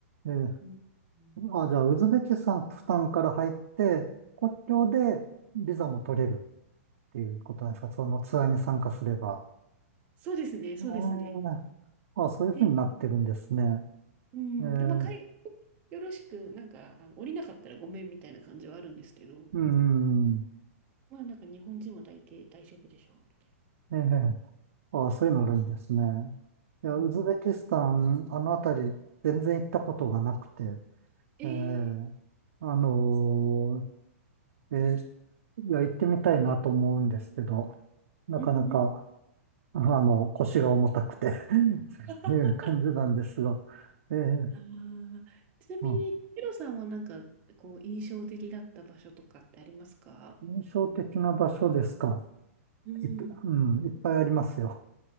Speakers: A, on the right; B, on the right.
A: ええ
B: うんうん
A: あ、じゃあ、ウズベキスタンから入って、国境でビザも取れるっていうことなんですかそのツアーに参加すれば。
B: そうですね、そうですね。
A: ええあ、そういうふうになってるんですね。
B: で、うん、
A: えー、
B: で、まあ、海外よろしく、なんか、あの、降りなかったらごめんみたいな感じはあるんですけど、
A: うん、うん
B: まあ、なんか、日本人は大抵大丈夫でしょう、みたい
A: ええあ、そういうのあるんですね。いや、
B: な。うん、
A: ウズベキスタン、あのあたり、全然行ったことがなくて、
B: えー、
A: えー、あのーえーいや、行ってみたいなと思うんですけど、なかなか、
B: うんうん。
A: あの、腰が重たくて <laughs>
B: <laughs>
A: という感じなんですが、えー、
B: あーちなみに、
A: うん
B: ヒロさんはなんか、こう、印象的だった場所とかってありますか
A: 印象的な場所ですか。
B: うん、
A: いっ、うん、いっぱいありますよ。